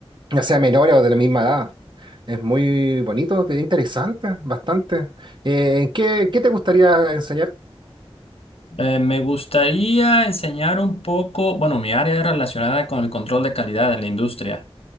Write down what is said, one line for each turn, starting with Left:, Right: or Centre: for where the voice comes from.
Right: ya sea menores o de la misma edad. Es muy bonito, te- interesante, bastante. Eh, ¿en ¿qué, qué te gustaría enseñar?
Left: Eh, me gustaría enseñar un poco, bueno, mi área es relacionada con el control de calidad en la industria